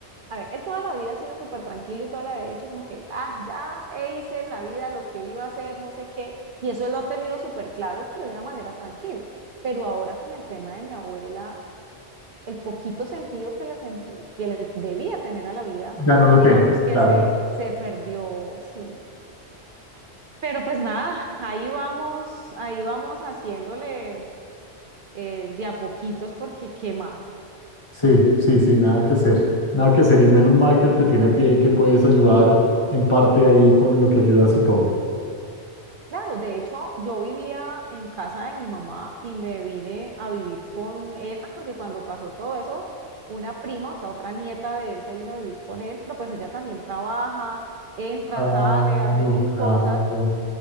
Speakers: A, on the right; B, on the left.
A: A ver, él toda la vida ha sido súper tranquilo y toda la vida ha dicho como que, ah, ya e hice en la vida lo que iba a hacer, no sé qué. Y eso él lo ha tenido súper claro, pero de una manera tranquila. Pero ahora con el tema de mi abuela, el poquito sentido que le sentí, que le debía tener a la vida,
B: Ya no lo
A: digamos
B: tiene,
A: que
B: claro.
A: se, se perdió, sí. Pero pues nada, ahí vamos, ahí vamos haciéndole eh, de a poquitos porque ¿qué más?
B: Sí, sí, sí, nada que hacer, nada que hacer, y menos mal que él te tiene a ti ahí que puedes ayudar en parte ahí con lo que ayudas y todo.
A: Claro, de hecho, yo vivía en casa de mi mamá y me vine a vivir con él, ah, porque cuando pasó todo eso, una prima, o sea, otra nieta de él se vino a vivir con él, pero pues ella también trabaja, entra,
B: Claro,
A: sale, hace mil
B: claro.
A: cosas,